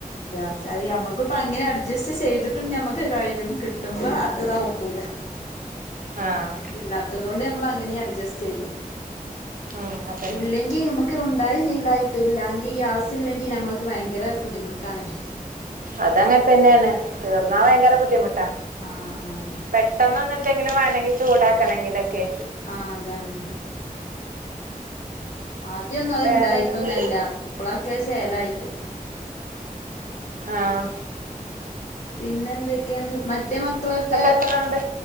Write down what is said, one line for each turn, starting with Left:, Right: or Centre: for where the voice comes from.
Left: ഗ്യാസ് അയ് നമ്മക്ക്പ്പൊ അങ്ങനെ അഡ്ജസ്റ്റ് ചെയ്തിട്ടും ഞമ്മക്ക് കഴിയും കിട്ടുമ്പോ അത് ഇതോക്കൂല.
Right: ആഹ്
Left: ഇല്ലാത്തതോണ്ട് ഞമ്മളങ്ങനി അഡ്ജസ്റ്റെയ്യും
Right: ഉം അതന്നെ
Left: ഇല്ലെങ്ക് ങ്കി നമക്ക് ഉണ്ടായി ശിലായിട്ടില്ലാങ്കി ഗ്യാസ് ഇല്ലെങ്കി ഞമ്മക്ക് ഭയങ്കര ബുദ്ധിമുട്ടാണ്.
Right: അതങ്ങൻതന്നെണ് തീർന്നാ വയങ്കര ബുദ്ധിമുട്ടാ
Left: ആഹ് ആഹ്
Right: പെട്ടെന്നൊന്ന്. ന്തെങ്കിലു വാണങ്കി ചൂടാക്കണെങ്കിലൊക്കെ.
Left: ആഹ് അതാണ്. ആദ്യന്നും അത്
Right: വേറെ
Left: ഇണ്ടായിട്ടൊന്നല്ല
Right: എന്തൊക്കെ
Left: ഇപ്പളൊക്കെ ചേലായിട്ട്.
Right: ആഹ്.
Left: പിന്നെന്തൊക്കെയ്ണ്ട് മറ്റേ മക്കളൊക്കെ.
Right: എത്ര ഉണ്ട്